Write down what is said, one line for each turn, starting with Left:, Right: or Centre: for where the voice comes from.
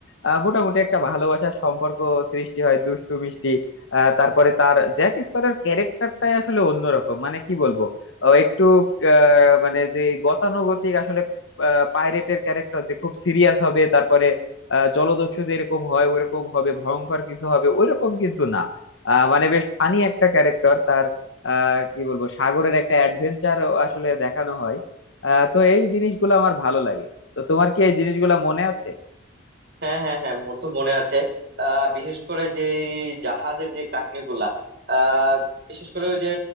Left: আহ, মোটামুটি একটা ভালোবাসার সম্পর্ক সৃষ্টি হয় দুষ্টু মিষ্টি আহ, তারপরে তার জ্যাক স্প্যারোর ক্যারেক্টারটাই আসলে অন্যরকম মানে কি বলবো ও একটু আহ, মানে যে গতানুগতিক আসলে পাইরেটের ক্যারেক্টার যে খুব সিরিয়াস হবে তারপরে আহ, জলদস্যু যেরকম হয় ওরকম হবে ভয়ঙ্কর কিছু হবে ওইরকম কিন্তু না আহ, মানে বেশ ফানি একটা ক্যারেক্টার তার আহ, কি বলবো সাগরের একটা অ্যাডভেঞ্চার আসলে দেখানো হয় আহ, তো এই জিনিসগুলো আমার ভালো লাগে তো তোমার কি এই জিনিসগুলো মনে আছে
Right: হ্যাঁ হ্যাঁ হ্যাঁ মোর তো মনে আছে আহ বিশেষ করে যে এই জাহাজের যে কাহিনীগুলা আহ বিশেষ করে ওই যে